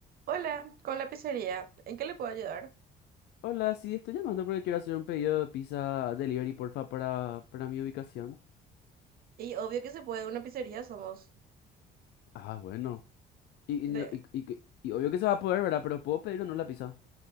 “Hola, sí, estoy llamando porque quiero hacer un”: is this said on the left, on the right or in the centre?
Left